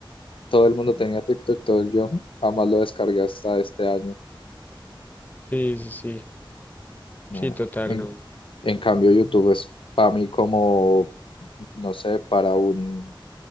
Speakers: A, on the left; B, on the left.
A: Todo el mundo tenía TikTok, todo el- yo jamás lo descargué hasta este año.
B: Sí, sí, sí. Sí,
A: Eh,
B: total,
A: en,
B: no.
A: en cambio, YouTube es para mí como, no sé, para un,